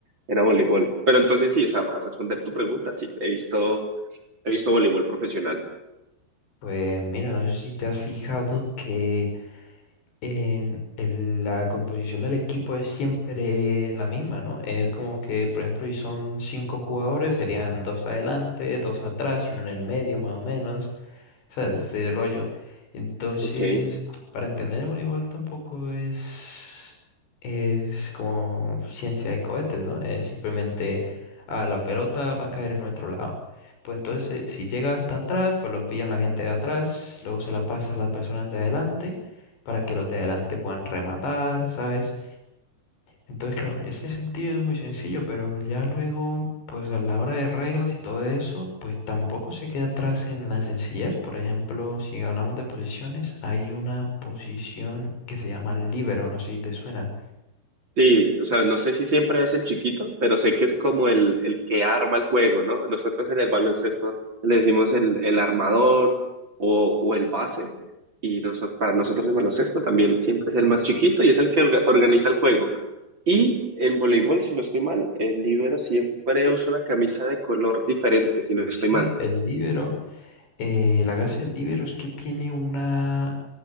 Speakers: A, on the right (about 30°); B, on the left (about 80°).
A: era voleibol. Pero entonces sí, o sea, para responder tu pregunta, sí, he visto, he visto voleibol profesional.
B: Pues mira, no sé si te has fijado que en el- la composición del equipo es siempre la misma, ¿no? Es como que, por ejemplo, si son cinco jugadores, serían dos adelante, dos atrás y uno en el medio, más o menos. O sea, de ese rollo. Entonces,
A: Ok,
B: para entender el voleibol tampoco es, es como ciencia de cohetes, ¿no? Es simplemente, ah, la pelota va a caer en nuestro lado. Pues entonces, si llega hasta atrás, pues lo pillan la gente de atrás, luego se la pasa a las personas de adelante para que los de adelante puedan rematar, ¿sabes? Entonces, claro, en ese sentido es muy sencillo, pero ya luego, pues a la hora de reglas y todo eso, pues tampoco se queda atrás en la sencillez. Por ejemplo, si hablamos de posiciones, hay una posición que se llama libero no sé si te suena.
A: Sí, o sea, no sé si siempre es el chiquito, pero sé que es como el, el que arma el juego, ¿no? Nosotros en el baloncesto le decimos el, el armador o, o el base, y nosotros, para nosotros en baloncesto también siempre es el más chiquito y es el que orga- organiza el juego. Y en voleibol, si no estoy mal, el libero siempre usa una camisa de color diferente, si no estoy
B: Sí,
A: mal.
B: el libero eh, la gracia del libero es que tiene una,